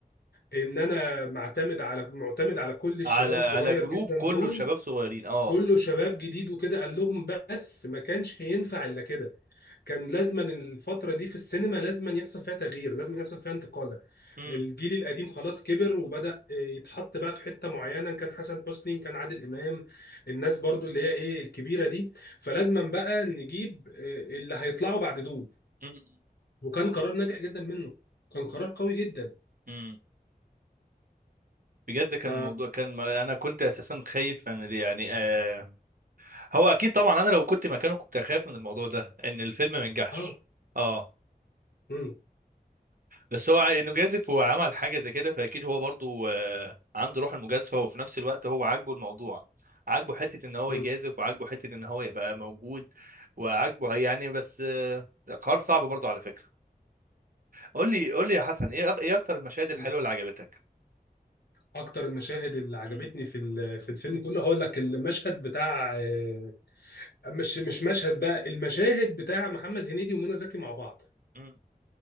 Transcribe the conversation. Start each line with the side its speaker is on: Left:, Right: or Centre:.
Left: ان انا معتمد على معتمد على كل الشباب
Right: على
Left: الصغير
Right: آه. على جروب
Left: جدا
Right: كله
Left: دول
Right: شباب صغيرين اه
Left: كله شباب جديد وكده قال لهم بس ما كانش ينفع الا كده كان لازما الفترة دي في السينما لازما يحصل فيها تغيير لازما يحصل فيها انتقالة
Right: امم
Left: الجيل القديم خلاص كبر وبدأ يتحط بقى في حتة معينة كان حسن حسني كان عادل إمام الناس برضو اللي هي ايه الكبيرة دي فلازما بقى نجيب آه، اللي هيطلعوا بعد دول
Right: امم
Left: وكان قرار ناجح جدا منه كان قرار قوي جدا
Right: امم بجد كان
Left: ف
Right: موضوع كان انا كنت اساسا خايف من يعني آه هو اكيد طبعا انا لو كنت مكانه كنت اخاف من الموضوع ده ان الفيلم ما ينجحش
Left: اه
Right: اه
Left: مم.
Right: بس هو انه جازف وعمل حاجه زي كده فاكيد هو برضو آه عنده روح المجازفه وفي نفس الوقت هو عاجبه الموضوع عاجبه حته ان هو
Left: مم.
Right: يجازف وعاجبه حته ان هو يبقى موجود وعاجبه يعني بس آه قرار صعب برضو على فكره قول لي قول لي يا حسن ايه أك- ايه اكتر المشاهد الحلوه
Left: مم.
Right: اللي عجبتك
Left: اكتر المشاهد اللي عجبتني
Right: امم
Left: في ال- في الفيلم كله هقول لك المشهد بتاع آه، مش مش مشهد بقى المشاهد بتاع محمد هنيدي ومنى زكي مع بعض
Right: امم